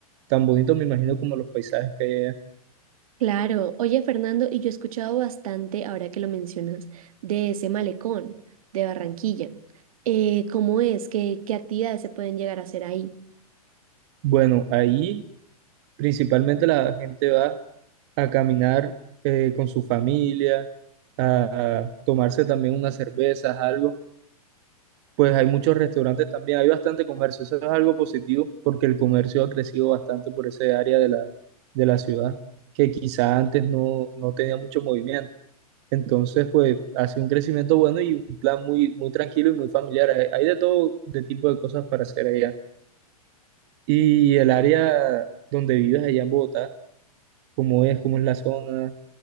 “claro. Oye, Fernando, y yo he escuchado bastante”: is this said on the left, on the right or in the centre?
Right